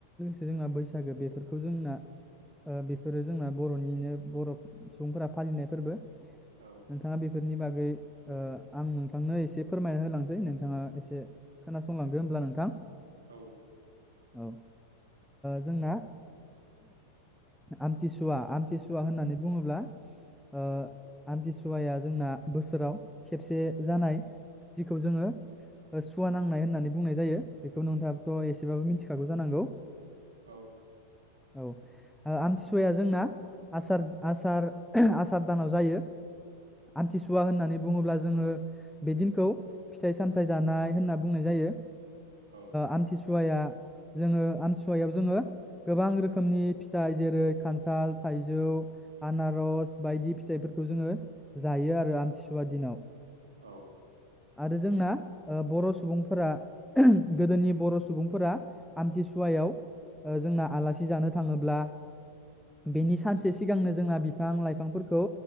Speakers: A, in the centre; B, on the right (about 65°).
A: जोंहा बैसागो बेफोरखौ जोंना बेफोरो जोंना बरनिनो बर सुबुंफोरा फालिनाय फोरबो।
B: औ
A: नोंथाङा बे बे फोरनि बागै। ओ आं नोंथांनो एसे फोरमायना होलांसै नोंथाङा एसे खोनासं। संलांदो हब्ला नोंथां
B: औ
A: ओ जोंना। आमथिसुवा-आमथिसुवा होननानै बुङोब्ला। ओ
B: औ
A: आमथिसुया सुवाया जोंना बोसोराव। खेबसे जानाय। जिखौ जोङो। सुवा नांनाय होननानै बुंनाय जायो बेखौ नोंथाङाथ एसेबाबो मिथिखागौ जानांगौ।
B: औ
A: औ ओ आमथिसुवाया जोंना आसार-आसार-आसार दानाव जायो। आमथिसुवा होननानै। बुङोब्ला जोङो बे दिनखौ फिथाइ सामथायाइ जानाय होनना बुंनाय जायो। ओ
B: औ
A: आथिसुवा आमथिसुवाया जोङो आमथिसुवायाव जोङो गोबां रोखोमनि फिथाइ जेरै खान्थाल थाइजौ आनारस बायदि फिथाइफोरखौ जोङो जायो आरो आमथि आमथिसुवा दिनाव
B: औ
A: आरो जोंना बर' सुबुंफोरा गोदोनि बर' सुबुंफोरा आमथिसुवायाव जोंना आलासि जानो थाङोब्ला बेनि सानसे सिगांनो जोंना बिफां लाइफांफोरखौ